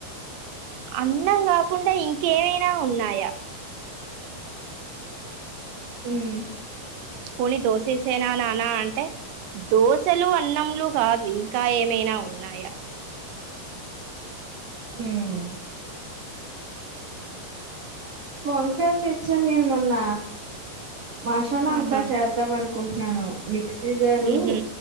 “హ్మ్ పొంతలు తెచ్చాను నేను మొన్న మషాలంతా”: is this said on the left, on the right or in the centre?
Right